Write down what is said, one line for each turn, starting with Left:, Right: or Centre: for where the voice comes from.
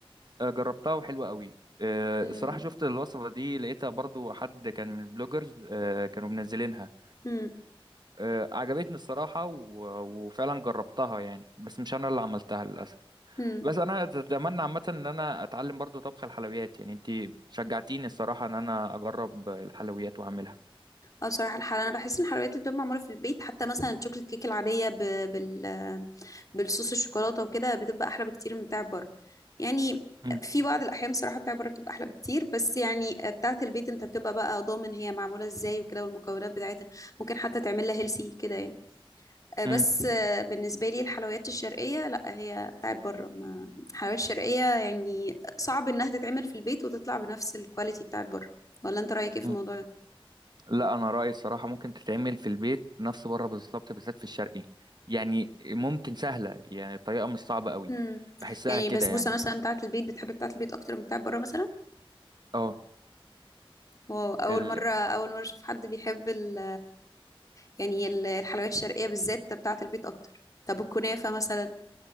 Right: آه جربتها وحلوة قوي آه
Left: امم
Right: الصراحة شفت الوصفة دي لقيتها برضو حد كان من البلوجرز آه كانوا منزلينها
Left: امم
Right: آه عجبتني الصراحة و... وفعلا جربتها يعني بس مش انا اللي عملتها للأسف
Left: امم
Right: بس انا اتمنى عامه ان انا اتعلم برضو طبخ الحلويات يعني انت شجعتيني الصراحه ان انا اجرب الحلويات واعملها
Left: اه بصراحة الحلويات انا بحس ان الحلويات اللي بتبقى معمولة في البيت حتى مثلا الشوكليت كيك العادية ب... بال بالصوص الشوكولاتة وكده بتبقى احلى بكتير من بتاع بره يعني
Right: مم.
Left: في بعض الاحيان بصراحة بتاع بره بتبقى احلى بكتير بس يعني آه، بتاعة البيت انت بتبقى بقى ضامن هي معمولة ازاي وكده والمكونات بتاعتها ممكن حتى تعمل لها هيلسي كده يعني آه،
Right: مم.
Left: بس آه، بالنسبة لي الحلويات الشرقية لا هي بتاعت بره ما الحلويات الشرقية يعني صعب انها تتعمل في البيت وتطلع بنفس الكواليتي بتاعت بره ولا انت رأيك ايه في
Right: مم.
Left: الموضوع ده
Right: لا انا رايي الصراحه ممكن تتعمل في البيت نفس بره بالظبط بالذات في الشرقي يعني ممكن سهله يعني الطريقه مش صعبه قوي
Left: امم
Right: بحسها
Left: يعني
Right: كده
Left: البسبوسة
Right: يعني
Left: مثلا بتاعت البيت بتحب بتاعت البيت اكتر من بتاعت بره مثلا
Right: اه
Left: واو اول
Right: ال...
Left: مرة اول مرة اشوف حد بيحب ال يعني ال- الحلويات الشرقية بالذات بتاعت البيت اكتر طب الكنافة مثلا